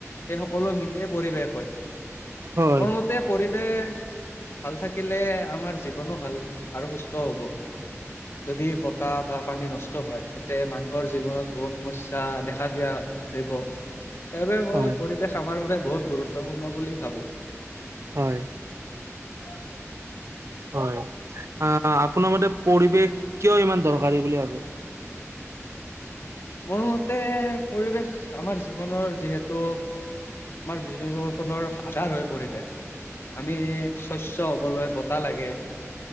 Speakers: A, on the left (about 55°); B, on the right (about 65°).
A: সেই সকলো মিলিয়ে পৰিৱেশ হয়,
B: হয়
A: মোৰ ম গোটেই পৰিৱেশ ভাল থাকিলে আমাৰ জীৱনো ভাল আৰু সুস্থ হব। যদি বতাহ বা পানী নষ্ট হয় তেন্তে মা নুহৰ জীৱনত বহু সমস্যা দেখা দিয়া দিব। সেইবাবে মই
B: হয়
A: পৰিৱেশ আমাৰ বাবে বহুত গুৰুত্বপূৰ্ণ বুলি ভাবোঁ।
B: হয়।
A: <inaudible>
B: হয়, আ আপোনাৰ মতে পৰিৱেশ, কিয় ইমান দৰকাৰী বুলি ভাবে?
A: মোৰ মতে, পৰিৱেশ আমাৰ জীৱনৰ যিহেতু আমাৰ জীৱ দৰ্শনৰ আধাৰ হয় পৰিৱেশ। আমি স্বচ্ছ হবলৈ বতাহ লাগে।